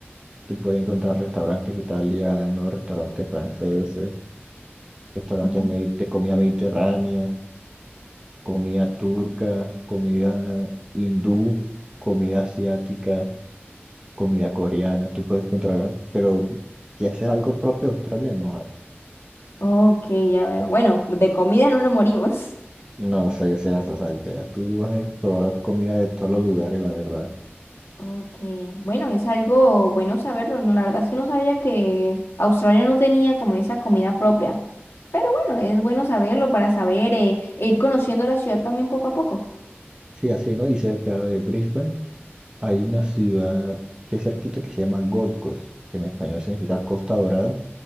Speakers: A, on the right; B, on the left.
A: Tú puedes encontrar restaurantes italianos, restaurantes franceses, restaurantes
B: Ok,
A: medi- de comida mediterránea, comida turca, comida hindú, comida asiática. comida coreana, tú puedes encontrar, pero que haces algo propio de Australia no hay.
B: ok, ya veo. Bueno, de comida no nos morimos.
A: No, o sea, yo sé, o sea, ya tú vas a probar comida de todos los lugares, la verdad.
B: Ok, bueno, es algo bueno saberlo. No, la verdad es que no sabía que Australia no tenía como esa comida propia. Pero bueno, es bueno saberlo para saber eh, e ir conociendo la ciudad también poco a poco.
A: Sí, así, ¿no? Y cerca de Brisbane hay una ciudad que es cerquita que se llama Gold Coast, que en español significa Costa Dorada,